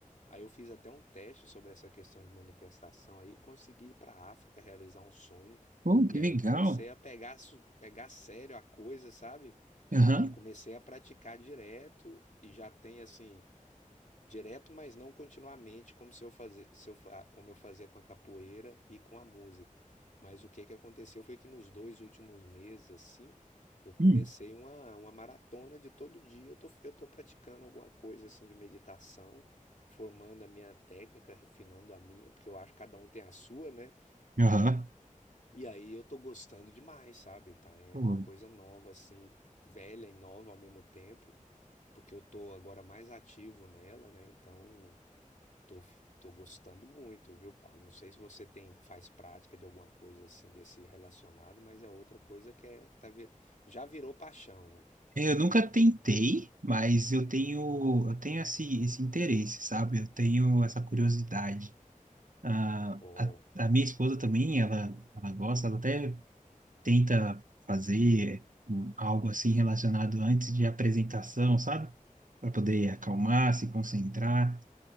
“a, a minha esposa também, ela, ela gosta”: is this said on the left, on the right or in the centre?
Right